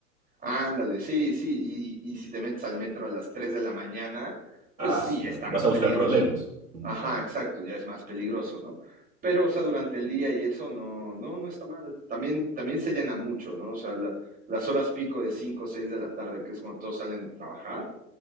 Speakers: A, on the right; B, on the right.
A: Ándale, sí, sí, y, y si te metes al metro a las 3 de la mañana, pues
B: Ah,
A: sí,
B: sí,
A: ya está
B: vas
A: más
B: a
A: peligroso.
B: buscar problemas. Mm,
A: Ajá,
B: Claro.
A: exacto, ya es más peligroso, ¿no? Pero, o sea, durante el día y eso no, no, no está mal. También, también se llena mucho, ¿no? O sea, la- las horas pico de 5 o 6 de la tarde, que es cuando todos salen a trabajar,